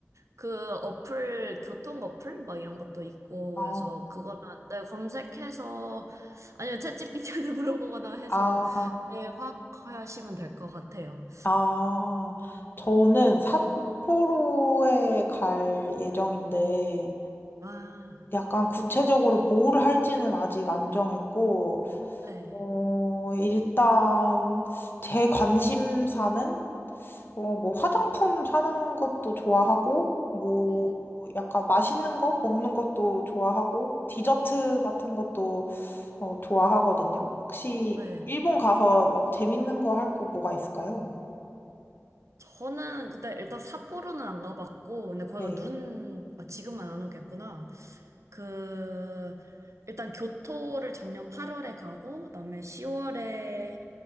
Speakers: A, on the right (about 70°); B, on the left (about 45°).
A: 그 어플, 교통 어플? 막 이런 것도 있고,
B: 아,
A: 그래서 그거는 네, 검색해서, 아니면 챗 g 비 t 한테 <laughs> 물어보거나 해서,
B: 아,
A: 네, 확 하시면 될 것 같아요.
B: 아. 저는 삿포로에 갈 예정인데,
A: 아,
B: 약간 구체적으로 뭘 할지는 아직 안 정했고,
A: 네.
B: 어, 일단 제 관심사는, 어, 뭐 화장품 사는 것도 좋아하고, 뭐
A: 음,
B: 약간 맛있는 거 먹는 것도 좋아하고, 디저트 같은 것도 어, 좋아하거든요. 혹시
A: 네.
B: 일본 가서 막 재밌는 거 할 거 뭐가 있을까요?
A: 저는 근데 일단 삿포로는 안 가봤고, 근데 거기가
B: 네.
A: 눈, 아, 지금은 안 오겠구나. 그, 일단 교토를 작년 8월에 가고, 그다음에 10월에